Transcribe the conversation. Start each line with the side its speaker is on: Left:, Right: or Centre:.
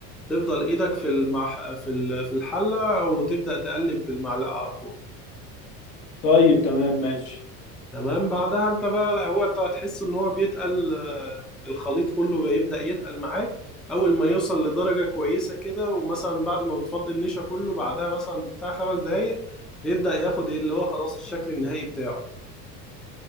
Centre: تفضل ايدك في المح... في ال- في الحله وتبدا تقلب بالمعلقه على طول
Left: طيب تمام ماشي
Centre: تمام بعدها انت بقى هو انت هتحس ان هو بيتقل آه، الخليط كله بيبدا يتقل معاك اول ما يوصل لدرجه كويسه كده ومثلا بعد ما بتفضي النشا كله بعدها مثلا بتاع خمس دقايق بيبدا ياخد ايه اللي هو خلاص الشكل النهائي بتاعه